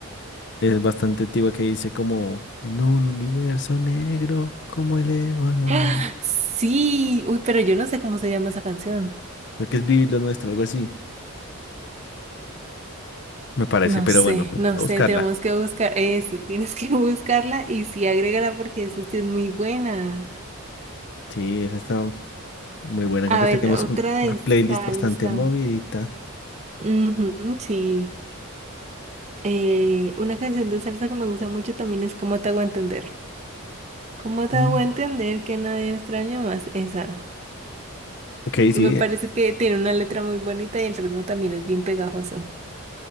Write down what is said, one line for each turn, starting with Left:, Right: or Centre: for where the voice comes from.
Left: es bastante antigua que dice como en un universo negro como el ébano
Right: <gasps> ¡Ah!
Left: más.
Right: Sí. Uy, pero yo no sé cómo se llama esa canción.
Left: Creo que es vivir lo nuestro, algo así. Me parece,
Right: No
Left: pero
Right: sé,
Left: bueno, voy
Right: no
Left: a
Right: sé.
Left: buscarla.
Right: Tenemos que buscar eso. Tienes que <laughs> buscarla y sí, agrégala porque esa sí es muy buena.
Left: Sí, esa está muy buena. Creo
Right: A
Left: que
Right: ver,
Left: tenemos
Right: otra
Left: un-
Right: de
Left: una playlist
Right: salsa.
Left: bastante movidita.
Right: Ujú, sí. Eh, una canción de salsa que me gusta mucho también es ¿Cómo te hago entender? ¿Cómo te
Left: Pum.
Right: hago entender que nadie extraño más esa?
Left: Ok, sí,
Right: Me parece
Left: eh,
Right: que tiene una letra muy bonita y el ritmo también es bien pegajoso.